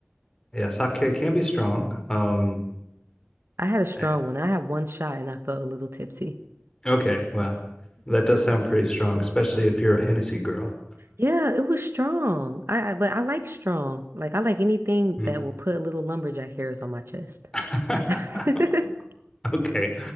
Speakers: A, on the left; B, on the right.
A: yeah, sake can be strong. Um,
B: I had a strong
A: eh,
B: one. I had one shot and I felt a little tipsy.
A: okay, well, that does sound pretty strong, especially if you're a Hennessy girl.
B: Yeah, it was strong. I, I but I like strong. Like I like anything
A: Mm.
B: that will put little lumberjack hairs on my chest.
A: <laughs>
B: <laughs>
A: Okay.